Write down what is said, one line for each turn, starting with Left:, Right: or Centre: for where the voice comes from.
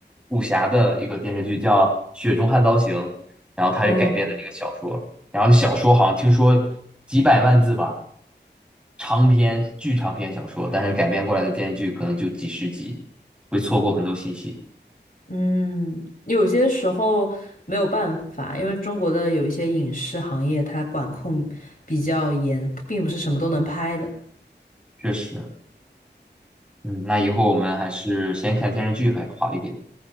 Centre: 武侠的一个电视剧叫《雪中悍刀行》，然后它是改编的那个小说，
Left: <laughs> 嗯
Centre: 然后小说好像听说几百万字吧，长篇巨长篇小说，但是改编过来的电视剧可能就几十集，会错过很多信息。
Left: 嗯，有些时候没有办法，因为中国的有一些影视行业它管控比较严，并不是什么都能拍的。
Centre: 确实，嗯，那以后我们还是先看电视剧还好一点，